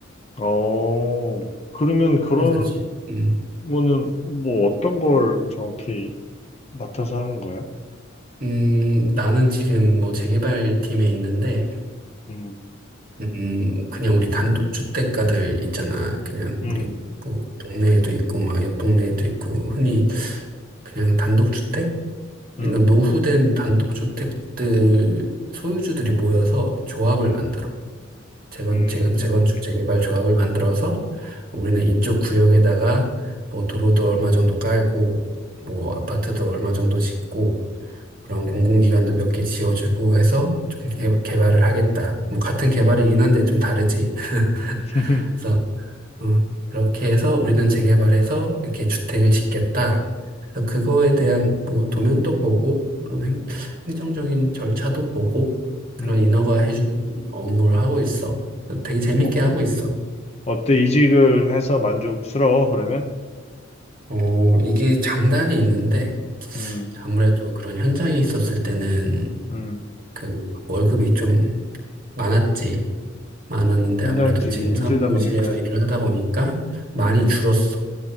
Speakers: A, on the left (about 30°); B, on the right (about 45°).
A: 어, 그러면 그런
B: 그래서 지, 음,
A: 거는 뭐 어떤 걸 정확히 맡아서 하는 거야?
B: 음, 나는 지금 뭐 재개발 팀에 있는데
A: 음,
B: 음, 그냥 우리 단독 주택가들 있잖아. 그냥 우리
A: 음,
B: 뭐 동네에도 있고 막 옆 동네에도 있고 흔히 그냥 단독 주택
A: 음,
B: 이런 노후된 단독주택들 소유주들이 모여서 조합을
A: 음.
B: 만들어. 재건,
A: 음,
B: 재, 재건축, 재개발
A: 음,
B: 조합을 만들어서 우리는 이쪽 구역에다가 뭐 도로도 얼마 정도 깔고 뭐 아파트도 얼마 정도 짓고 그런 공공기관도 몇 개 지어주고 해서 좀 개- 개발을 하겠다. 뭐 같은 개발이긴 한데 좀 다르지. <laughs>
A: <laughs>
B: 그래서 어, 그렇게 해서 우리는 재개발해서 이렇게 주택을 짓겠다. 그래서 그거에 대한 뭐 도면도 보고, 그런 행, 행정적인 절차도 보고, 그런
A: 음.
B: 인허가 해주는 업무를 하고 있어. 되게 재밌게
A: 어,
B: 하고 있어.
A: 어때? 이직을 해서 만족스러워, 그러면?
B: 어, 이게 장단이 있는데,
A: 음,
B: 아무래도 그런 현장에 있었을 때는
A: 음.
B: 그 월급이 좀 많았지. 많았는데
A: 현장직이
B: 아무래도 지금
A: 힘들다
B: 사무실에서
A: 보니까.
B: 일을 하다 보니까 많이
A: 음,
B: 줄었어.